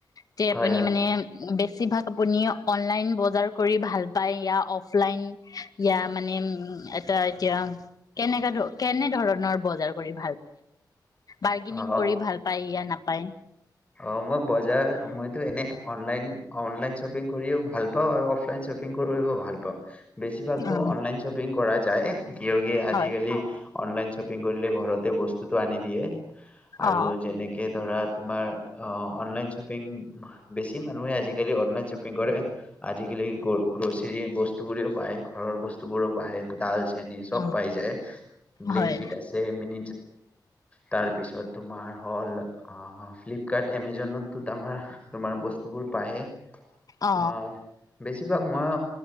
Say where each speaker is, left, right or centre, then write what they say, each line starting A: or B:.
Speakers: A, on the left (about 55°); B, on the left (about 15°).
A: যে
B: হয়
A: আপুনি
B: হয়।
A: মানে বেছি? বেছিভাগ আপুনি অনলাইন বজাৰ কৰি ভাল পায় ইয়। অফ লাইন ইয়া। মানে উ। এ এতিয়া কেনেকা ধ কেনে ধৰণৰ বজাৰ। ভুনি বাৰ্গেনিং
B: অ',
A: কৰি ভাল পায় ইয় ন। পায়।
B: অ মই বজাৰ মইতো এনে অনলাইন অনলাইন শ্বপিং কৰিও ভাল পাওঁ আৰু অফলাইন শ্বপিং কৰিও ভাল পাওঁ? বেছিভাগতো
A: অ'।
B: অনলাইন শ্বপিং কৰাত। যায়। কিয় কি আজিকালি
A: হয়
B: অনলাইন শ্বপিং কৰিলে ঘৰতে বস্তু? আনি দিয়ে। আৰু
A: অ
B: যেনেকে ধৰা। তোমাৰ? অ অনলাইন শ্বপিং বেছি মানুহে আজিকালি অনলাইন শ্বপিং কৰে আজিকালি গ্ৰচৰী বস্তু বোৰেও পায় ঘৰৰ বস্তুবোৰও? ডাল চেনি চব
A: অ
B: পাই যায় ব্লিংকিত
A: হয়
B: আছে মিন। তাৰপিছত তোমাৰ হল ফ কাৰ্ট এমেজনতো ত আমাৰ তোমাৰ বস্তুবোৰ পায়ে
A: অ
B: আহ বেছিভাগ মই